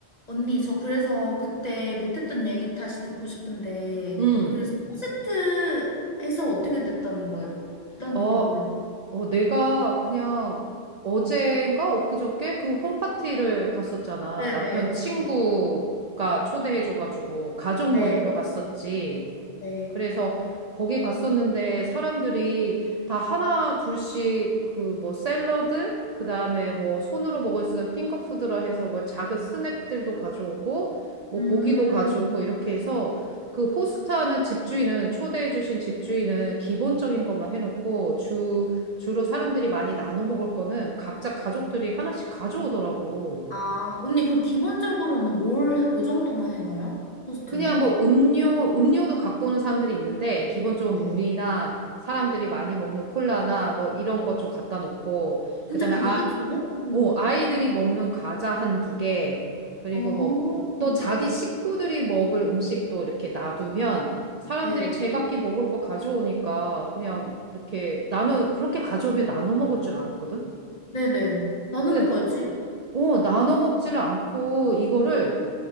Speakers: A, on the left; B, on the right.
A: 언니, 저 그래서 그때 못했던 얘기 다시 듣고 싶은데,
B: 응
A: 그래서 포스트 해서 어떻게 됐다는 거예요? 그다음부터
B: 어,
A: 몰라.
B: 어, 내가 그냥 어젠가 엊그저께 그 홈파티를 갔었잖아.
A: 네네,
B: 남편 친구가
A: 네,
B: 초대해줘가지고 가족
A: 네,
B: 모임으로 갔었지.
A: 네.
B: 그래서 거기 갔었는데 사람들이 다 하나 둘씩 그 뭐 샐러드 그다음에 뭐 손으로 먹을 수 있는 핑거푸드라 해서 뭐 작은 스낵들도 가져오고 뭐
A: 음,
B: 고기도 가져오고 이렇게 해서 그 호스트하는 집주인은 초대해 주신 집주인은 기본적인 것만 해놓고 주 주로 사람들이 많이 나눠 먹을 거는 각자 가족들이 하나씩 가져오더라고.
A: 아, 언니, 그럼 기본적으로는 뭘, 해- 뭐 정도만 해놔요? 포스트는
B: 그냥 뭐 음료, 음료도 갖고 오는 사람들이 있는데, 기본적으로
A: 네.
B: 물이나 사람들이 많이 먹는 콜라나 뭐 이런 것 좀 갖다 놓고,
A: 진짜
B: 그 다음에
A: 그게
B: 아,
A: 끝이에요? 음.
B: 오, 아이들이 먹는 과자 한 두 개, 그리고
A: 어,
B: 뭐 또 자기 식구들이 먹을 음식도 이렇게 놔두면 사람들이
A: 네,
B: 제각기 먹을 거 가져오니까 그냥 이렇게 나는 그렇게 가져오면 나눠 먹을 줄 알았거든?
A: 네네. 나눠
B: 근데,
A: 먹어야지.
B: 오, 나눠 먹지를 않고 이거를